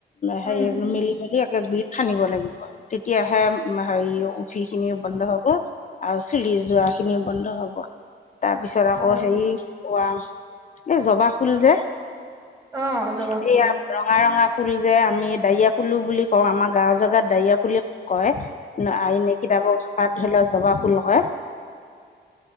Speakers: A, on the right (about 20°); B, on the left (about 40°).
A: উম
B: হেৰি মেলি মেলি একে গুৰিত সানিব লাগিব, তেতিয়াহে হেৰি, উফি খিনিও বন্ধ হ'ব আৰু চুলি যোৱাখিনিও বন্ধ হ'ব। তাৰ পিছত আকৌ
A: অ
B: হেৰি, উৱা এই জবা ফুল যে। এইয়া
A: অ জবা ফুল
B: ৰঙা ৰঙা ফুল যে আমি দাৰিয়া ফুলো বুলি কওঁ। আমাৰ গাঁওৰ জেগাত দাৰিয়া ফুলি কয়। আহ, এনে কিতাপ ভাষাত ধৰি লওক জবা ফুল হয়।